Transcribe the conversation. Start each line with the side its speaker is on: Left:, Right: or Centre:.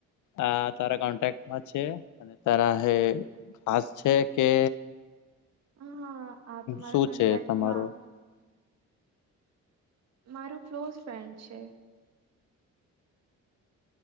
Left: આ તારા કોન્ટેક્ટમાં છે અને તારા ખાસ છે કે
Right: હા આ તો મારા
Left: શું
Right: કોન્ટેક્ટમાં
Left: છે તમારો
Right: મારું ક્લોઝ ફ્રેન્ડ છે.